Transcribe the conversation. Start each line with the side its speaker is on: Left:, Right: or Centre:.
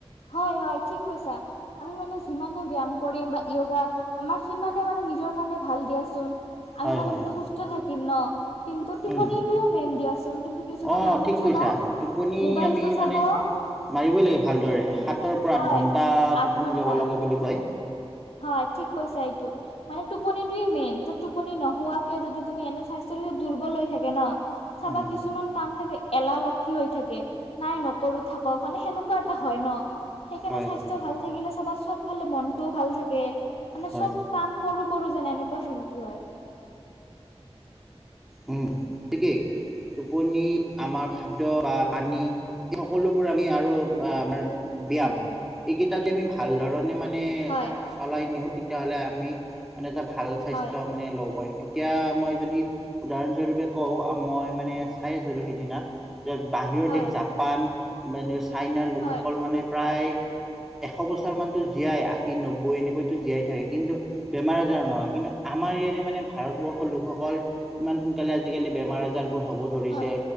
Left: হয়, হয়! ঠিক কৈছা। আমি মানে, যিমানে ব্যয়াম কৰিম বা য়োগা আমাৰ, সিমানে মানে, নিজৰ কাৰণে ভাল দিয়াচোন। আমি
Centre: হয়
Left: মানে,
Centre: হয়।
Left: যেতিয়া সুস্থ থাকিম ন'! কিন্তু, টোপনিটোৱে
Centre: উম
Left: মেইন দিয়াচোন। কিন্তু, কিছুমান
Centre: অ
Left: মানুহে
Centre: ঠিক
Left: চাবা
Centre: কৈছা টোপনি
Left: মোবাইলটো
Centre: আমি
Left: চাব
Centre: মানে,
Left: অ'
Centre: মাৰিবই লাগে, ভালদৰে। সাত সাতৰ পৰা,
Left: হয়
Centre: আঠ ঘণ্টা
Left: আঠ
Centre: টোপনি
Left: ঘন্টা
Centre: যাব লাগে, বুলি কয়।
Left: হয়, ঠিক কৈছা এইটো। মানে, টোপনিটোৱে মেইন। ত' টোপনি নোহোৱাকে, যদি তুমি, এনে স্বাস্থ্যটো যদি দুৰ্বল হৈ থাকে, ন'! চাবা,
Centre: উম
Left: কিছুমান কাম থাকে, এলাহ লাগি হৈ থাকে। নাই নকৰোঁ, থাকক। মানে, সেনেকুৱা এটা হয়, ন'! সেইকাৰণে,
Centre: হয়
Left: স্বাস্থ্য
Centre: হয়
Left: ভাল থাকিলে চাবা, চব ফালে মনটোও, ভাল থাকে। মানে,
Centre: হয়
Left: চব কাম কৰোঁ, কৰোঁ যেন, এনেকুৱা ফিলটো হয়।
Centre: উম, ঠিকেই! টোপনি, আমাৰ খাদ্য বা পানী এই, সকলোবোৰ আমি আৰু আমাৰ, ব্যায়াম
Left: অ
Centre: এইকেইটা যদি, আমি ভাল ধৰণে মানে,
Left: হয়
Centre: চলাই নিওঁ। তেতিয়াহ'লে, আমি মানে, এটা ভাল স্বাস্থ্য
Left: হয়
Centre: মানে, ল'ব পাৰিম। এতিয়া, মই যদি উদাহৰণস্বৰূপে, কওঁ! মই মানে, চাই আছিলোঁ সেইদিনা, যে বাহিৰৰ
Left: হয়
Centre: দেশ, জা জাপান, মানে চাইনাৰ লোকসকল
Left: হয়
Centre: মানে, প্ৰায় এশ বছৰ মানতো জীয়াই, আশী- নব্বৈ এনেকৈতো জীয়াই থাকে। কিন্তু, বেমাৰ-আজাৰ নহয়। কিন্তু, আমাৰ ইয়াৰে মানে, ভাৰতবৰ্ষৰ লোকসকল ইমান সোনকালে, আজিকালি বেমাৰ-আজাৰবোৰ হ'ব ধৰিছে।
Left: হয়